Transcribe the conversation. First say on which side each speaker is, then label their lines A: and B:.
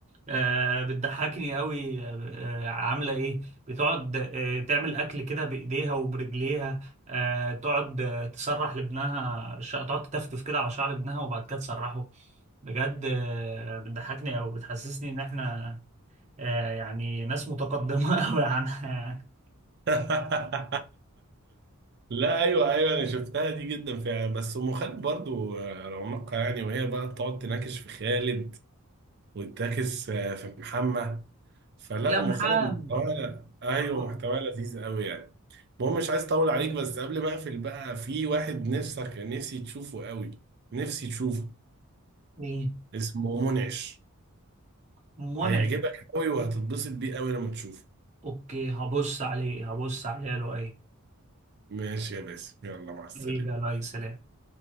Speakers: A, on the right; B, on the right.
A: آه بتضحكني قوي آه عامله ايه بتقعد آه تعمل اكل كده بايديها وبرجليها آه تقعد آه تسرح لابنها ش... تقعد تتفتف كده على شعر ابنها وبعد كده تسرحه بجد آه بتضحكني او بتحسسني ان احنا آه يعني ناس متقدمه <laughs> قوي عنها
B: <laughs> لا ايوه ايوه انا شفتها دي جدا فعلا بس ام خالد برضو آه، رونقها يعني وهي بقى تقعد تناكش في خالد وتناكش آه، في محمد فلا
A: يا
B: ام
A: محمد
B: خالد محتواها ايوه
A: آه.
B: محتواها لذيذ قوي يعني المهم مش عايز اطول عليك بس قبل ما اقفل بقى في واحد نفسك نفسي تشوفه قوي نفسي تشوفه
A: ايه
B: اسمه منعش
A: منى
B: هيعجبك قوي وهتتبسط بيه قوي لما تشوفه
A: اوكي هبص عليه هبص عليه له ايه
B: ماشي يا باسم يلا مع السلامة
A: حبيبي يا لؤي سلام